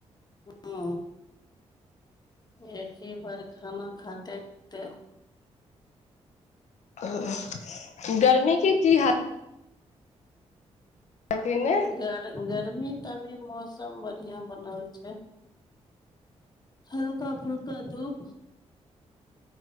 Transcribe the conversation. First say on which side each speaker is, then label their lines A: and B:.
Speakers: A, on the left (about 35°); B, on the left (about 75°).
A: ह एक ह बार खाना खाते खे।
B: आ। गर्मी के की हालत। अहाँके ने
A: गर गर्मी। तभी मौसम बढ़िया बनल छै। हल्का फुलका धूप।